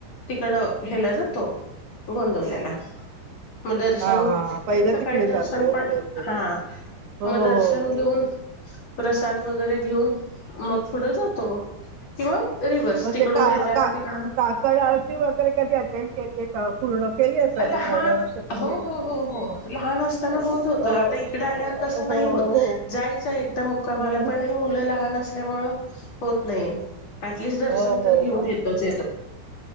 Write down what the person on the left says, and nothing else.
तिकड हेला
जातो गोंदवल्याला. मग दर्शन
आणि सकाळी
दर्शन
पण
हा
मग दर्शन
घेऊन प्रसाद वगैरे घेऊन मग पुढं जातो. किंवा रिव्हर्स
तिकडून
येताना
तिकडून
लहान
हो,
हो, हो, हो लहान असताना होत होतं.
आता इकडे आल्यावर
तसं
नाही
नाही होतं जायचं एकदा मुक्कामाला,
पण हे मुलं लहान अस ल्यामुळ होत नाहीे. अऍटलिस्ट दर्शन
तर घेऊन
येतोच येतो.